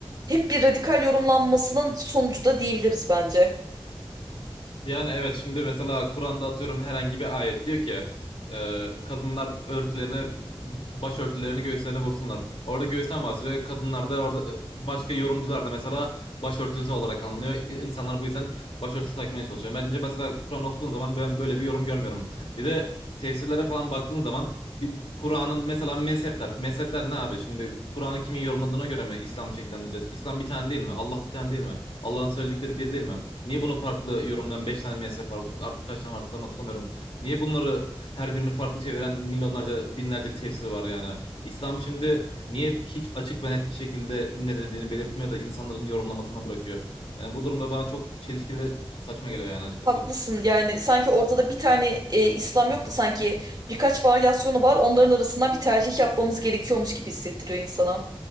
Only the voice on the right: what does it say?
hep bir radikal yorumlanmasının sonucu da diyebiliriz bence.
Haklısın yani sanki ortada bir tane e, İslam yok da sanki birkaç varyasyonu var onların arasından bir tercih yapmamız gerekiyormuş gibi hissettiriyor insana.